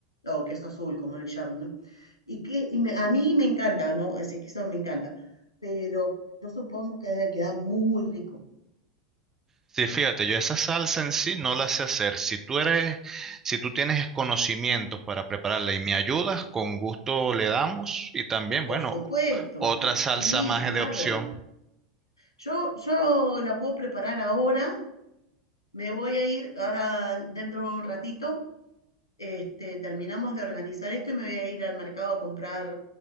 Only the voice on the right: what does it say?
Sí, fíjate, yo esa salsa en sí no la sé hacer. Si tú eres, si tú tienes conocimientos para prepararla y me ayudas, con gusto le damos. Y también,
bueno,
otra salsa
más
de opción.